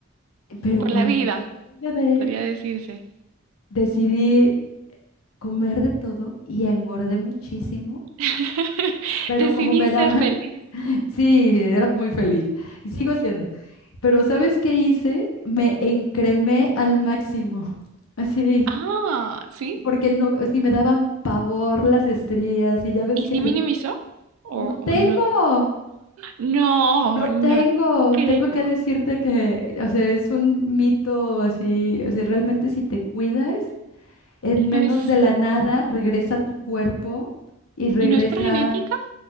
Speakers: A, on the left (about 80°); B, on the right (about 80°).
A: pero
B: por
A: cuando
B: la vida,
A: tuve mi bebé
B: podría decirse.
A: decidí comer de todo y engordé muchísimo
B: <laughs>
A: pero
B: Decidí
A: como me
B: ser
A: daban,
B: feliz.
A: <laughs> sí, era muy feliz y sigo siendo. Pero ¿sabes qué hice? Me encremé al máximo, así,
B: Ah, sí.
A: porque no, si me daban pavor las estrías y ya ves
B: ¿Y
A: que
B: sí
A: la-
B: minimizó? ¿O,
A: no
B: o
A: tengo,
B: no? No,
A: no tengo,
B: no creo.
A: tengo que decirte que, o sea, es un mito así, o sea, realmente si te cuidas, en menos
B: ¿No es,
A: de la nada regresa tu cuerpo y regresa,
B: y no es por genética?